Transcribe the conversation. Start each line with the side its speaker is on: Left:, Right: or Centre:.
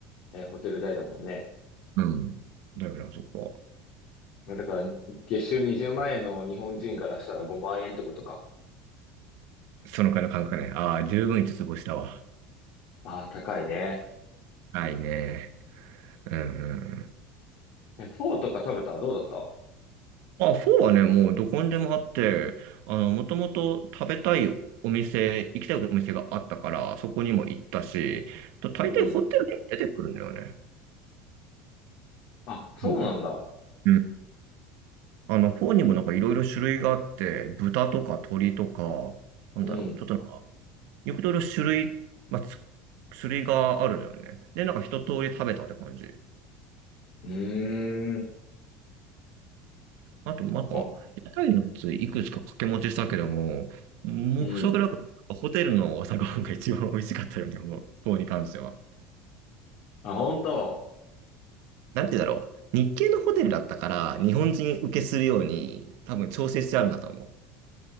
Left: えーホテル代だもんね。
Right: うんだよな、そこは。
Left: まあだから、月収20万円の日本人からしたら5万円ってことか。
Right: そのくらいの感覚ね。ああ、十分五つ星だわ。
Left: ああ、高いね。
Right: ないね。うんうんうん。
Left: え、フォーとか食べたどうだった
Right: あ、フォーはね、もうどこにでもあって、あの、もともと食べたいお店、行きたいお店があったから、そこにも行ったし、と大抵ホテルにも出てくるんだよね、
Left: うん。あ、そうなんだ。
Right: フォーが。うん。あの、フォーにもなんかいろいろ種類があって、豚とか鶏とか、なんだろう、
Left: うん。
Right: ちょっとなんか、いろいろ種類、まあ、つ種類があるのよね。で、なんか一通り食べたって感じ。
Left: うーん。
Right: あと、なんか、
Left: あ、
Right: 屋台のやついくつか掛け持ちしたけども、もう、
Left: うん。
Right: それぐらいかなホテルの朝ごはんが一番美味しかったように思う。方に関しては。
Left: あ、本当。
Right: なんて言うんだろう。日系のホテルだったから、日本人受けするように、多分調整してあるんだと思